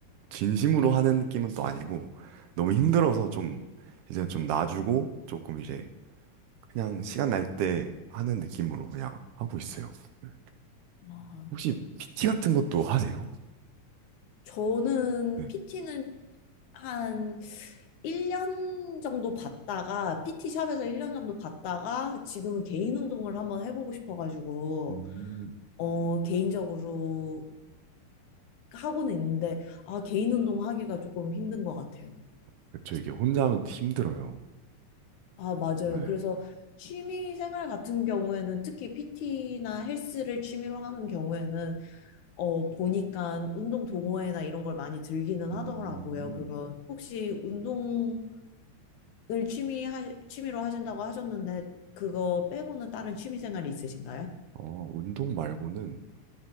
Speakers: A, on the right (about 80°); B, on the left (about 75°).
A: 진심으로 하는 느낌은 또 아니고 너무 힘들어서 좀 이제 좀 놔주고 조금 이제 그냥 시간 날 때 하는 느낌으로 그냥 하고 있어요. 네.
B: 아,
A: 혹시 PT 같은 것도 하세요?
B: 저는
A: 네.
B: PT는 한 1년 정도 받다가 PT 샵에서 1년 정도 받다가 지금은 개인 운동을 한번 해보고 싶어가지고
A: 음.
B: 어 개인적으로 하고는 있는데 아 개인 운동 하기가 조금 힘든 것 같아요.
A: 그렇죠. 이게 혼자 하면 힘들어요.
B: 아 맞아요.
A: 네.
B: 그래서 취미 생활 같은 경우에는 특히 PT나 헬스를 취미로 하는 경우에는 어 보니까 운동 동호회나 이런 걸 많이 들기는
A: 음.
B: 하더라고요.
A: 음.
B: 그러면 혹시 운동을 취미 하, 취미로 하신다고 하셨는데 그거 빼고는 다른 취미 생활이 있으신가요?
A: 어, 운동 말고는